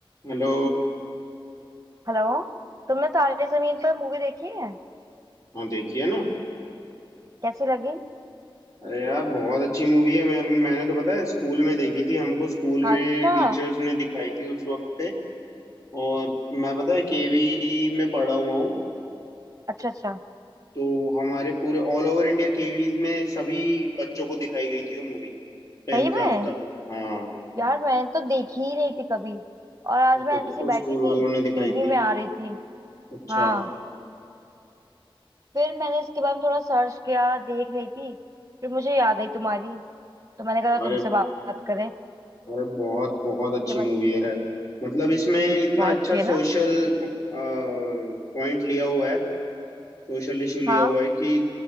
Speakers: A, on the left (about 35°); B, on the right (about 35°).
A: Hello
B: Hello तुमने Taare Zameen Par movie देखी है
A: हाँ देखिए ना
B: कैसी लगी
A: अरे यार बहुत अच्छी मूवी है मैं मैंने तो पता है स्कूल में देखी थी हमको स्कूल में
B: अच्छा
A: टीचर्स ने दिखाई थी उस वक्त पे और मैं पता है केवी में पढ़ा हुआ हूँ
B: अच्छा अच्छा
A: तो हमारे पूरे ऑल ओवर इंडिया केवीज में सभी बच्चों को दिखाई गई थी वो मूवी टेंथ
B: सही में
A: क्लास तक हाँ
B: यार मैंने तो देखी ही नहीं थी कभी और आज
A: मेरे
B: मैं
A: को
B: ऐसी
A: तो
B: बैठी
A: स्कूल
B: थी
A: वालों ने दिखाई
B: टीवी
A: थी
B: में आ रही थी
A: अच्छा
B: हाँ फिर मैंने इसके बारे में थोड़ा सर्च किया देख रही थी फिर मुझे याद आई तुम्हारी तो मैंने कहा
A: अरे
B: तुमसे बात बात करें
A: अरे बहुत बहुत
B: इसके
A: अच्छी
B: बारे
A: मूवी
B: में
A: है मतलब इसमें इतना
B: बहुत
A: अच्छा
B: अच्छी है
A: सोशल
B: ना
A: पॉइंट लिया हुआ है सोशल इशू लिया
B: हाँ
A: हुआ है कि